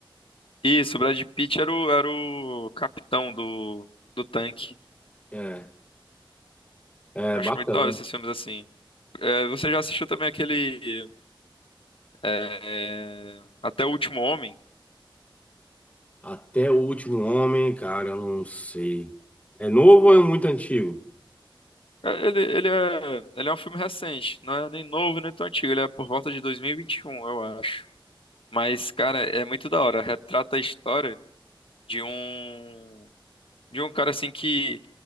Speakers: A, on the left; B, on the left.
A: Isso, o Brad Pitt era o, era o capitão do, do tanque.
B: É, é
A: Eu
B: bacana.
A: Acho muito da hora esses filmes assim. É, você já assistiu também aquele. É, é, Até o Último Homem.
B: Até o último homem, cara, eu não sei. É novo ou é muito antigo?
A: É, Ele, ele é, ele é um filme recente, não é nem novo, nem tão antigo. Ele é por volta de 2021, eu acho. Mas, cara, é muito da hora. Retrata a história de um de um cara assim que